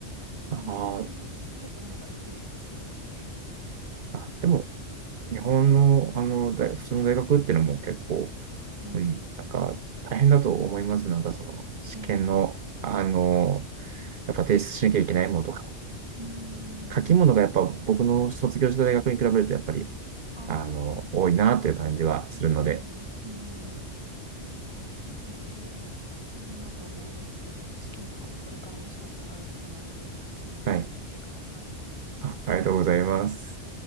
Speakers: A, on the right; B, on the right.
A: あー
B: でもそういうテストの方が役に立ちそうですね。
A: あ、でも、日本の、あの、大普通の大学っていうのも結構、
B: うん
A: うん、なんか大変だと思います。なんかその試験の、
B: うん。
A: あの、やっぱ提出しなきゃいけないものとか、
B: うん。
A: 書き物がやっぱ僕の卒業した大学に比べるとやっぱり、
B: うん。ああー。
A: あの、多いなという感じはするので、
B: うん。うん。まあでもいろいろ大変だと思いますけど、試験とかもこれからもしかしたらあると思うので、いろいろ頑張ってください。
A: はい。あ、ありがとうございます。